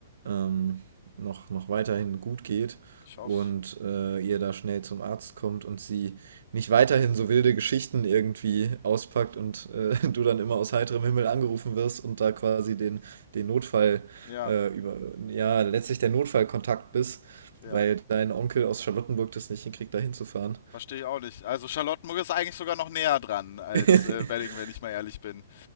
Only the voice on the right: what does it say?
ähm, noch noch weiterhin gut geht
und, äh, ihr da schnell zum Arzt kommt und sie nicht weiterhin so wilde Geschichten irgendwie auspackt und, äh, <laughs> du dann immer aus heiterem Himmel angerufen wirst und da quasi den den Notfall,
äh, über ja, letztlich der Notfallkontakt bist,
weil dein Onkel aus Charlottenburg das nicht hinkriegt, da hinzufahren.
<laughs>